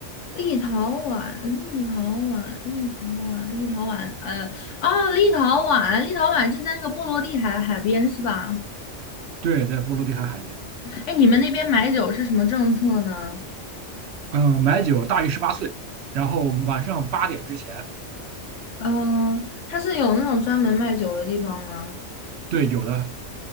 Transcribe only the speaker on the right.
对，在波罗的海海边。
嗯，买酒大于十八岁，然后晚上八点之前，
对，有的，